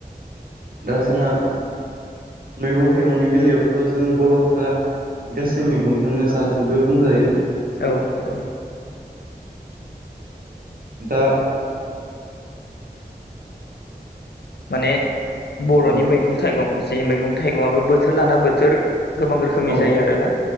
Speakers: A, on the right; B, on the left.
A: दा जोंहा मैगं थाइगंनि बेलायावथ' जों बर' फोरा गासै मैगंखौनो जाजोबो बुंजायो।
B: औ औ
A: दा
B: माने बर'नि
A: औ
B: मैगं थाइगं जि मैगं थाइगंआबो बोथोर लाना बोथोर गोबां रोखोमनि
A: औ
B: जायो आरोना।